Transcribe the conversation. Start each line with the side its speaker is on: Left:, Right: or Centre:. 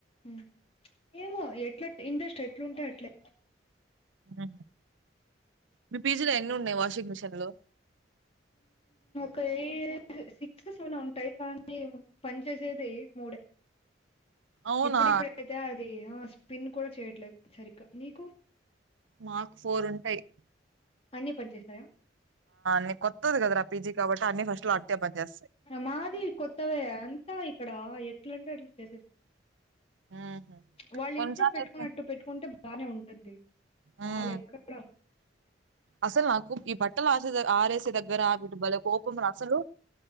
Left: ఉ ఏమో ఎట్ల ఇంట్రెస్ట్ ఎట్లుంటె అట్లే
Right: ఉ మీ పీ జి లో ఎన్ని ఉన్నాయి వాషింగ్ మిషిన్లు
Left: ఖైదు సిక్స్ సెవెనో ఉంటాయి కానీ పని చేసేది మూడే
Right: అవునా!
Left: ఇప్పుడిప్పుడు అయితే అది ఆ స్పిన్ కూడా చేయట్లేదు సరిగ్గా నీకు
Right: మాకు ఫోర్ ఉంటాయి
Left: అన్ని పని చేస్తాయా
Right: నీ కొత్తది గదరా పీజీ కాబట్టి అన్నీ ఫస్ట్‌లో అట్టే పనిచేస్తయి.
Left: మాది కొత్తవే అంత ఇక్కడ ఎట్లుంటే అట్లా చేసేస్
Right: హుహు.
Left: వాళ్ళు
Right: కొన్ని
Left: ఇంట్లో
Right: సార్లయితే
Left: పెట్టుకున్నట్టు పెట్టుకుంటే బానే ఉంటుంది వాళ్ళేక్కడ
Right: హ్మ్. అసలు నాకు ఈ బట్టలు ఆరే ఆరేసే దగ్గర వీటి బలే కోపం రా అసలు